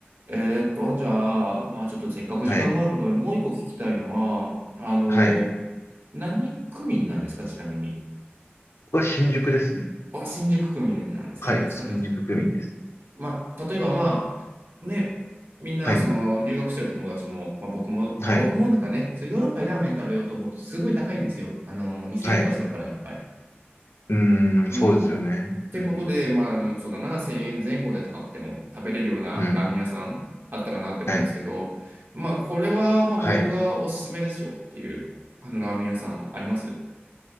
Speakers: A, on the right; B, on the left.
A: えーっと、じゃあ、まあちょっとせっかく時間もあることで、
B: はい。
A: もう一個聞きたいのは、あの、
B: はい。
A: 何区民なんですか、ちなみに。
B: ここは新宿ですね。
A: あ、新宿区民なんですね。
B: はい。
A: そうです。
B: 新宿区民です。
A: まあ、例えばまあ、ね、みんなその留学してる友達も、
B: はい。
A: まあ僕も、まあ僕もなんかね、
B: はい。
A: そうヨーロッパでラーメン食べようと思うとすごい高いんですよ。あの、2000円とかするから一杯。
B: はい。うーん、
A: うん。
B: そうですよね。
A: ってことで、
B: うん。
A: まあ、うんそうだな、1000円前後で高くても食べれるようなラーメン屋さんあったらなって思うんですけど、
B: うん。はい。
A: まあ、これはまあ僕がおすすめですよっていう、
B: はい。
A: あのラーメン屋さんあります